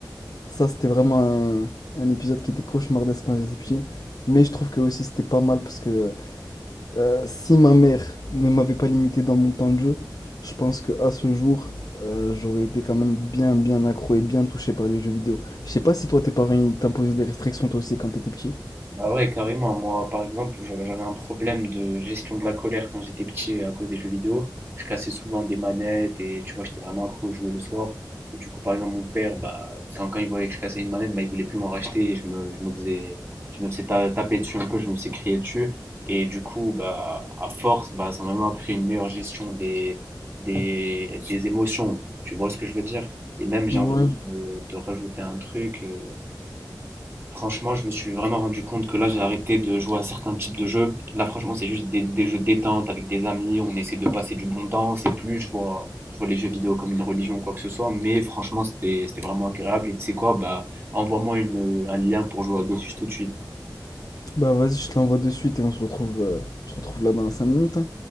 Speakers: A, on the left (about 60°); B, on the right (about 35°).
A: Ça, c'était vraiment un, un épisode qui était cauchemardesque quand j'étais petit. Mais je trouve que aussi c'était pas mal parce que euh, si ma mère ne m'avait pas limité dans mon temps de jeu, je pense que à ce jour, euh, j'aurais été quand même bien, bien accro et bien touché par les jeux vidéo. Je sais pas si toi, tes parents, ils t'imposaient des restrictions toi aussi quand t'étais petit.
B: Bah ouais, carrément. Moi, par exemple, j'a- j'avais un problème de gestion de la colère quand j'étais petit à cause des jeux vidéo. Je cassais souvent des manettes et tu vois, j'étais vraiment accro à jouer le soir. Et du coup, par exemple, mon père, bah, quand, quand il voyait que je cassais une manette, bah, il voulait plus m'en racheter et je me, je me faisais, je me faisais ta- taper dessus un peu, je me faisais crier dessus. Et du coup, bah, à force, bah, ça m'a même appris une meilleure gestion des, des, des émotions. Tu vois ce que je veux dire? Et même, j'ai
A: Ouais,
B: envie de, de rajouter un truc. euh, Franchement, je me suis vraiment rendu compte que là, j'ai arrêté de jouer à certains types de jeux. Là, franchement, c'est juste des, des jeux de détente avec des amis. On essaie de passer du bon temps. C'est plus, je vois, je vois les jeux vidéo comme une religion ou quoi que ce soit. Mais franchement, c'était c'était vraiment agréable. Et tu sais quoi, bah, envoie-moi une- un lien pour jouer à Dofus tout de suite.
A: bah vas-y, je te l'envoie de suite et on se retrouve, euh, on se retrouve là dans 5 minutes, hein.